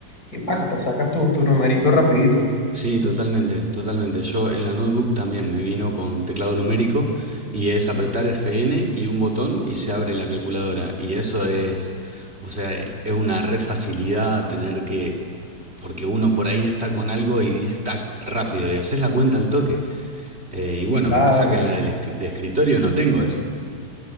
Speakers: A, on the left; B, on the right.
A: y págata, sacas tu, tu numerito rapidito.
B: Sí, totalmente, totalmente. Yo en la notebook también me vino con teclado numérico y es apretar Fn y un botón y se abre la calculadora. Y eso es, o sea, e- es una re facilidad tener que, porque uno por ahí está con algo y dice tac rápido y haces la cuenta al toque. Eh, y bueno,
A: Claro,
B: me pasa que
A: claro.
B: en la del esc- de escritorio no tengo eso.